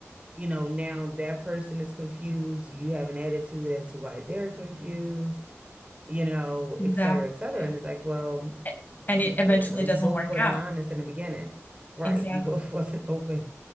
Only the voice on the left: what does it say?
Exactly.
A- And
it eventually
doesn't
work
out.
Exactly.